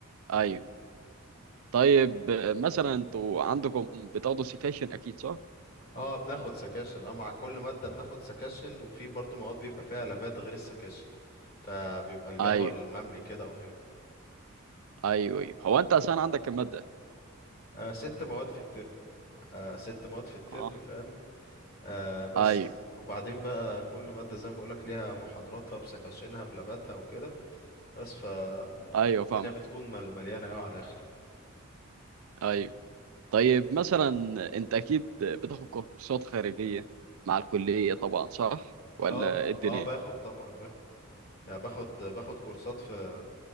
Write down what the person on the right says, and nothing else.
ايوه طيب آه، مثلا انتوا عندكم بتاخدوا سكاشن اكيد صح
ايوه
ايوه ايوه هو انت عشان عندك المادة
اه
ايوه
ايوه فاهمك
ايوه طيب مثلا انت اكيد بتاخد كورسات خارجية مع الكلية طبعا صح ولا
ايه الدنيا